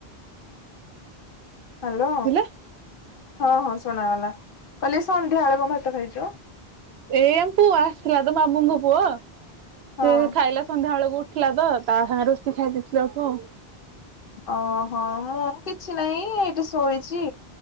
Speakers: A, on the left (about 60°); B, on the right (about 80°).
A: ହ୍ୟାଲୋ
B: ଥିଲା
A: ହଁ ହଁ ଶୁଣାଗଲା। କଲି ସନ୍ଧ୍ୟି ଆଳକୁମାତ ଖାଇଛୁ।
B: ଏ ଆମ ପୁଅ ଆସିଥିଲା ତ ମାମୁଁଙ୍କ ପୁଅ ସେ
A: ହଁ
B: ଖାଇଲା ସନ୍ଧ୍ୟା ବେଳକୁ ଥିଲା ତ ତା ସାଙ୍ଗେ ରୋଷେଇ ଖାଇ ଦେଇେଇଥିଲ ଅଳୁ
A: ଓହୋ ମୁଁ କିଛି ନାହିଁ ଏଇଠି ଶୋଇଛି